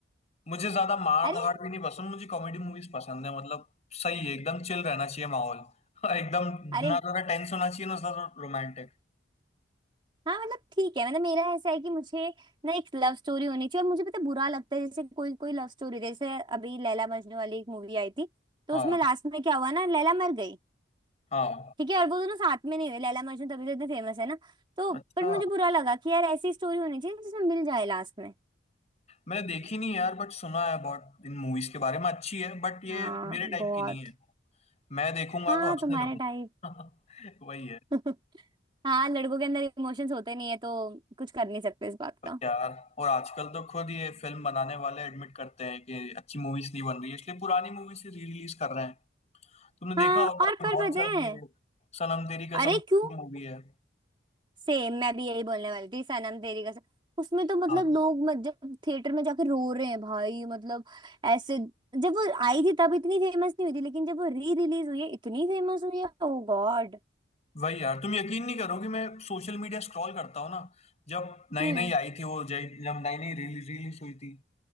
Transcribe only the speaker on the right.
अरे
अरे
हाँ मतलब ठीक है मतलब मेरा ऐसा है कि मुझे ना एक लव स्टोरी होनी चाहिए और मुझे पता है बुरा लगता है जैसे कोई कोई लव स्टोरी जैसे अभी लैला मजनू वाली एक मूवी आई थी तो
उसमें लास्ट में क्या हुआ ना लैला मर गई
ठीक है और वो दोनों साथ में नहीं हुए लैला मजनू तभी तो इतने फेमस है ना तो
पर मुझे बुरा लगा कि यार ऐसी स्टोरी होनी चाहिए जिसमें मिल जाए लास्ट में
हाँ
बहुत
हाँ
तुम्हारे
टाइप
<laughs> हाँ लड़कों के अंदर इमोशंस होते नहीं है तो कुछ कर नहीं सकते इस बात
का
हाँ
और
पर
पता
है
अरे क्यों
सेम मैं भी यही बोलने वाली थी सनम तेरी कसम उसमें तो मतलब
लोग मत जब थिएटर में जाके रो रहे हैं भाई मतलब ऐसे जब वो आई थी तब इतनी फेमस नहीं हुई थी लेकिन जब वो री रिलीज हुई है इतनी फेमस हुई है Oh God
हम्म